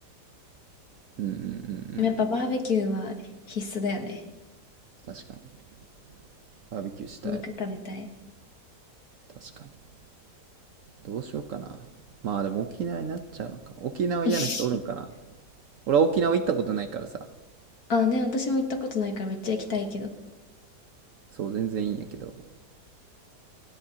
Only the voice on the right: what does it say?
うんうんうんう
ん。確かに。バーベキューしたい。
確かに。どうしようかな。まあでも沖縄になっちゃうのか。沖縄嫌な人おるんかな。
俺は沖縄行ったことないからさ。
そう、全然いいんやけど。